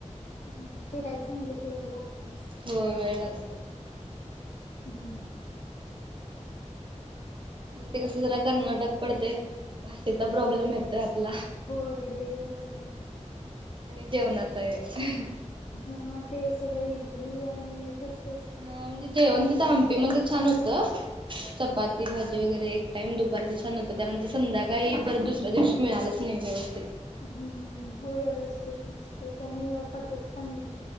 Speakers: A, on the left (about 65°); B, on the right (about 40°).
A: ह फिरायचं म्हटलं की वेळ लागतो.
B: होय वेळ लागतो.
A: हम्म
B: आणि ते कसं जरा कर्नाटक पडतंय. भाषेचा प्रॉब्लेम येतोय आपला.
A: होय लय होतोय तो.
B: आणि जेवणाच येतो.
A: हा ते सगळं इडली आणि हेच असतं.
B: हा म्हणजे जेवण तिथं हंपीमध्ये छान होतं चपाती
A: हा
B: भाजी वगैरे एक टाईम दुपारीचं छान होतं त्यानंतर संध्याकाळी परत दुसऱ्या दिवशी मिळालंच नाही व्यवस्थित.
A: हम्म हो व्यवस्थित नसतं त्याने पचत पण नाही.